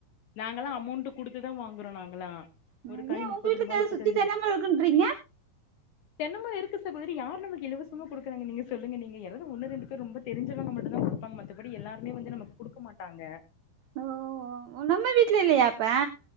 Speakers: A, on the left; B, on the right.
A: நாங்கல்லா அமோண்ட் குடுத்துதா வாங்குறோ நாங்கல்லா
B: ம்
A: ஒரு காய்
B: ஏ உங்க
A: முப்பது
B: வீட்ல
A: ரூபா
B: தே
A: முப்பத்தஞ்சு
B: சுத்தி தேங்காமரம் இருக்குன்றிங்க
A: தென்னமரம் இருக்கு சகோதரி யார் நமக்கு இலவசமா குடுக்குறாங்க நீங்க சொல்லங்க நீங்க யாராது ஒன்னு ரெண்டு பேர் ரொம்ப தெரிஞ்சவங்க மட்டும்தா குடுப்பாங்க மத்தபடி எல்லாருமே வந்து நமக்கு குடுக்க மாட்டாங்க
B: ஓ, நம்ம வீட்ல இல்லையா அப்ப